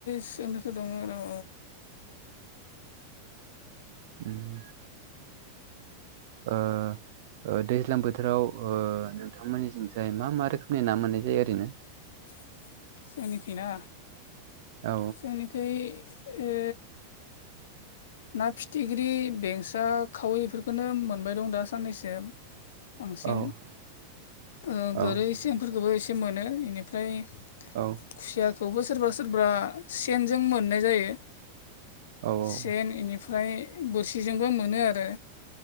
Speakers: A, on the left (about 60°); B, on the right (about 55°).
A: सोंनोथ' दङ र'
B: उम ओ ओ दैज्लां बोथोराव ओ नोंथांमोननिथिंजाय मा मा रोखोमनि ना मोननाय जायो ओरैनो
A: <inaudible> जोंनिखै ना
B: औ
A: जोंनिखौ ओ ना फिथिख्रि बेंसा खावैफोरखौनो मोनबाय दं दा साननैसो बांसिन
B: औ
A: ओ
B: औ
A: गोरै सेंफोरखौबो एसे मोनो बेनिफ्राय
B: औ
A: खुसियाखौबो सोरबा सोरबा सेनजों मोननाय जायो।
B: औ औ
A: सेन बेनिफ्राय बोरसिजोंबो मोनो आरो